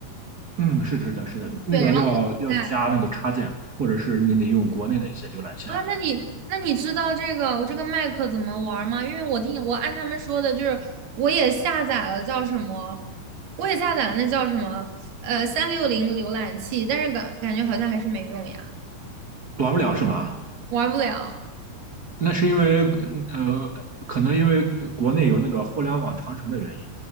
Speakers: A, on the right; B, on the right.
A: 嗯，是的是的，是的，那个要要加那个插件，
B: 对，然后我现在。
A: 或者是你得用国内的一些浏览器啊，
B: 啊，那你那你知道这个我这个麦克怎么玩儿吗？因为我听我按他们说的，就是我也下载了叫什么，我也下载了那叫什么，呃，三六零浏览器，但是感感觉好像还是没用呀，
A: 玩不了是吗？
B: 玩不了。
A: 那是因为呃，可能因为国内有那个互联网长城的原因，